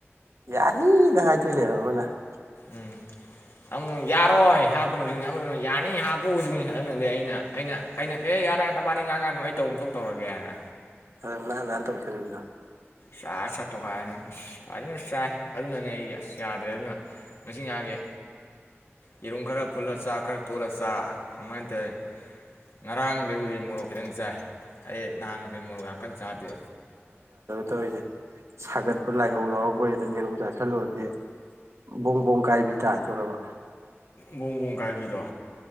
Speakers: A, on the right (about 85°); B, on the left (about 65°).
A: ꯌꯥꯅꯤ ꯗ ꯍꯥꯏꯗꯣꯏꯅꯦꯕ ꯑꯃꯅ ꯫
B: ꯎꯝ ꯑꯃꯃꯨꯛ ꯌꯥꯔꯣꯏ ꯍꯥꯞꯀꯅꯨꯖꯤꯅꯤ ꯑꯃꯗꯨꯅ ꯌꯥꯅꯤ ꯍꯥꯞꯄꯨꯁꯤꯅꯤ ꯑꯗꯨꯅꯗꯤ ꯑꯩꯅ ꯑꯩꯅ ꯑꯩꯅ ꯑꯦ ꯌꯥꯔꯣꯏ ꯅꯕꯥꯏꯅꯤ ꯉꯥꯡꯉꯛꯑꯅꯨ ꯑꯩ ꯇꯧꯕꯝ ꯊꯣꯛ ꯇꯧꯔꯛꯑꯒꯦꯅ꯫
A: ꯑꯗꯨ ꯅꯥꯟꯅꯥꯟ ꯇꯧꯁꯟꯂꯤꯅꯤꯗꯣ꯫
B: ꯁꯠ ꯁꯠ ꯇꯧꯈꯥꯏꯕꯅꯤ ꯑꯁ ꯐꯖꯅ ꯆꯥꯏ ꯑꯗꯨꯅꯅꯦ ꯑꯩ ꯁꯦ ꯑꯁ ꯌꯥꯗ꯭ꯔꯦ ꯑꯗꯨꯅ ꯉꯁꯤ ꯉꯔꯥꯡꯖꯦ ꯌꯦꯔꯨꯝ ꯈꯔ ꯐꯨꯠꯂ ꯆꯥ ꯈꯔ ꯇꯣꯠꯂ ꯆꯥ ꯑꯗꯨꯃꯥꯏ ꯇꯧꯔꯦ ꯉꯔꯥꯡꯗꯩꯕꯨꯗꯤ ꯃꯣꯔꯣꯛ ꯈꯤꯇꯪ ꯆꯥꯏ꯫ ꯑꯩ ꯅꯍꯥꯟ ꯃꯈꯩ ꯃꯣꯔꯣꯛ ꯌꯥꯝ ꯀꯟꯅ ꯆꯥꯗꯦ꯫
A: ꯀꯩꯒꯤ ꯁꯥꯒꯠꯄ ꯂꯥꯏꯍꯧ ꯌꯥꯎꯔꯛꯄ ꯑꯗꯩ ꯌꯦꯔꯨꯝ ꯆꯥꯁꯟꯂꯨꯔꯗꯤ ꯕꯣꯡ ꯕꯣꯡ ꯀꯥꯏꯕꯤ ꯇꯥꯗꯣꯔꯕ꯫
B: ꯕꯣꯡ ꯕꯣꯡ ꯀꯥꯏꯕꯤꯗꯣ꯫